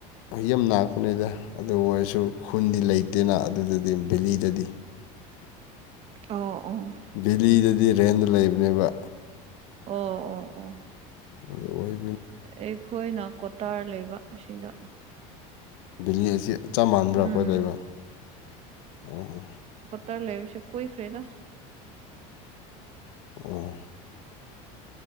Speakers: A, on the left; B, on the right.
A: ꯌ ꯅꯥꯛꯄꯅꯤꯗ ꯑꯗꯨ ꯑꯣꯏꯔꯁꯨ ꯈꯨꯟꯗꯤ ꯂꯩꯇꯦꯅ ꯑꯗꯨꯗꯨꯗꯤ ꯑꯩ ꯕꯦꯂꯤꯗꯗꯤ
B: ꯑꯣ ꯑꯣ
A: ꯚꯦꯂꯤꯗꯗꯤ ꯔꯦꯟꯗ ꯂꯩꯕꯅꯦꯕ
B: ꯑꯣ ꯑꯣ ꯑꯣ
A: ꯑ ꯋꯥꯏ
B: ꯑꯩꯈꯣꯏꯅ ꯀꯣꯇꯥꯔ ꯂꯩꯕ ꯑꯁꯤꯗ
A: ꯚꯦꯂꯤ ꯑꯁꯤ ꯆꯞ ꯃꯥꯟꯕ꯭ꯔꯥ
B: ꯎꯝ
A: ꯑꯩꯈꯣꯏ ꯂꯩꯕ ꯑꯣ
B: ꯎꯠꯇꯔ ꯂꯩꯦꯕꯤꯁ ꯀꯣꯏ ꯈꯔꯤꯗꯥ
A: ꯑꯣ